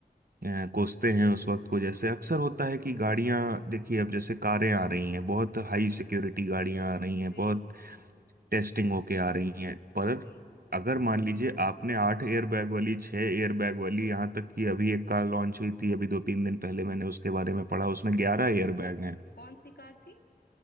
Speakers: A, on the right (about 65°); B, on the left (about 80°).
A: अ, कोसते हैं उस वक्त को जैसे अक्सर होता है कि गाड़ियां देखिए अब जैसे कारें आ रही हैं बहुत हाई सिक्योरिटी गाड़ियां आ रही हैं
B: जी
A: बहुत टेस्टिंग होके आ रही हैं पर
B: जी
A: अगर मान लीजिए आपने आठ एयरबैग वाली छह एयरबैग वाली यहाँ तक कि अभी एक कार लॉन्च हुई थी अभी दो तीन दिन पहले मैंने उसके बारे में पढ़ा उसमें ग्यारह एयरबैग हैं
B: कौन सी कार थी